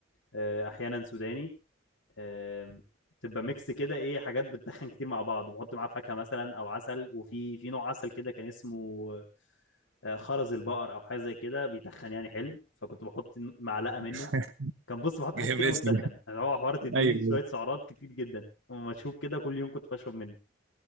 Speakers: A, on the left; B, on the right.
A: آه، احيانا سوداني آم، تبقى ميكس كده ايه حاجات بتدخن كتير مع بعض وبحط معاه فاكهه مثلا او عسل وفي في نوع عسل كده كان اسمه آه، خرز البقر او حاجه زي كده بيتخن يعني حلو فكنت بحط معلقه
B: <laughs>
A: منه كان بص بحط
B: جامد
A: حاجات كتير
B: اسمي
A: قوي بتتخن
B: ده.
A: اللي هو حوار تديني
B: ايوه
A: شويه سعرات كتير جدا ومشروب كده كل يوم كنت بشرب منه